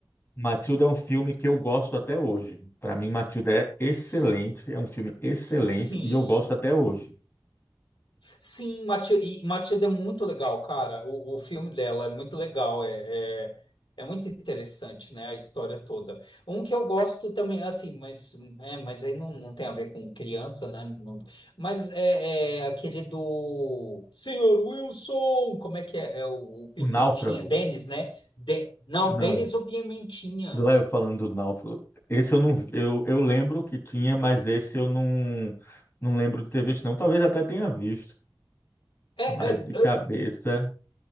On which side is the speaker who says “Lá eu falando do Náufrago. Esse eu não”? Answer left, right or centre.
Left